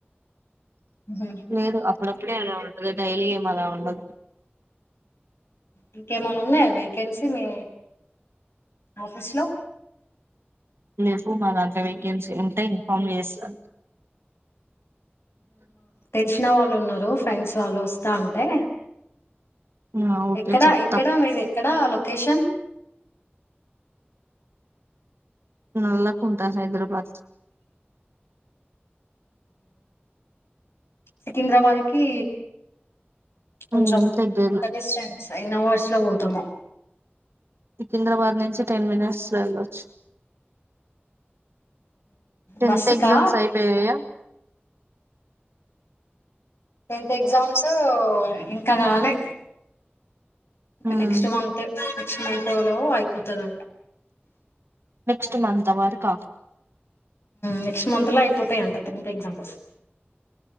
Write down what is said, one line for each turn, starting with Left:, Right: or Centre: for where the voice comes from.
Left: ఉహు,
Right: లేదు అప్పుడప్పుడే అలా ఉండది డైలీ ఏం అలా ఉండదు
Left: ఇంకేమనా ఉన్నాయా వేకెన్సీ మీ ఆఫస్ లో
Right: లేవు మా దాంట్లో వేకెన్సీ ఉంటే ఇన్ఫార్మ్ చేస్తా
Left: తెలిసిన వాళ్ళు ఉన్నారు ఫ్రెండ్స్ వాళ్ళు వస్తా అంటే
Right: ఆ ఓకే
Left: ఎక్కడా
Right: చెప్తా
Left: ఎక్కడా మీది ఎక్కడా లొకేషన్
Right: నల్ల కుంటా హైదరాబాద్
Left: సికింద్రాబాద్ కి కొంచెం
Right: ఉమ్ దగ్గరలో
Left: ఎంత డిస్టెన్స్ ఎన్ని అవర్స్ లో పోతామో
Right: సికింద్రాబాద్ నుంచి టెన్ మినిట్స్ వెళ్ళొచ్చు టెన్త్
Left: బస్సు
Right: ఎగ్జామ్స్
Left: కా
Right: అయిపోయాయా
Left: టెన్త్ ఎగ్జామ్స్ ఇంకా కాలే ఇంకా
Right: ఉమ్
Left: నెక్స్ట్ మంత్ నెక్స్ట్ మంత్ లో అయిపోతుందంట
Right: నెక్స్ట్ మంత్ వరకా
Left: నెక్స్ట్ మంత్ లో అయిపోతాయి అంట టెన్త్ ఎగ్జామ్స్